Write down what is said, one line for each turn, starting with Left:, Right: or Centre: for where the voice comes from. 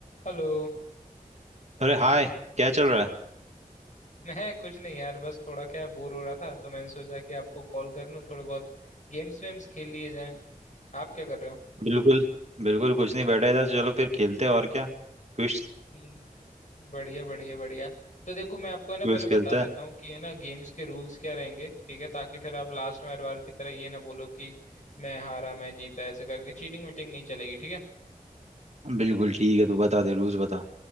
Left: Hello
Right: अरे हाय क्या चल रहा है
Left: मैं कुछ नहीं यार बस थोड़ा क्या बोर हो रहा था तो मैंने सोचा कि आपको कॉल कर लूं थोड़े बहुत गेम्स वेम्स खेल लिए जाएं आप क्या कर रहे हो
Right: बिल्कुल बिल्कुल कुछ नहीं बैठा इधर चलो फिर खेलते हैं और क्या क्विज
Left: हम्म, बढ़िया बढ़िया बढ़िया तो देखो मैं आपको है ना
Right: क्विज
Left: पहले बता
Right: खेलते
Left: देता हूँ कि है ना गेम्स के रूल्स क्या रहेंगे ठीक है ताकि फिर आप लास्ट में हर बार की तरह ये ना बोलो कि मैं हारा मैं जीता ऐसे करके चीटिंग वीटिंग नहीं चलेगी ठीक है
Right: हैं बिल्कुल ठीक है तू बता दे रूल्स बता